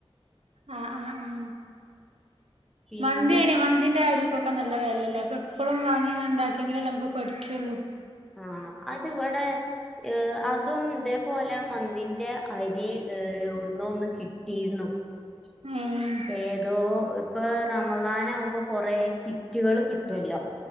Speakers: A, on the right; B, in the centre.
A: ആഹ് ആഹ് ആഹ്
B: പിന്നെന്താ
A: മന്തിയ്ൻ മന്തിന്റെ കാര്യക്കൊ ക്ക നല്ല വെലല്ലെ അപ്പൊ എപ്പോഴും വാങ്ങിയ ഉണ്ടാക്കിയെങ്കിലേ നമുക്ക് പഠിക്കയുള്ളൂ
B: ആഹ് അത് ഇവടെ ഏ അതും ഇതേപോലെ മന്തിന്റെ അരി എവിടുന്നോ ഒന്ന് കിട്ടിയിരുന്നു
A: ആം
B: ഏതോ ഇപ്പൊ റമളാൻ ആകുമ്പോ കൊറേ കിറ്റുകള് കിട്ടുമല്ലോ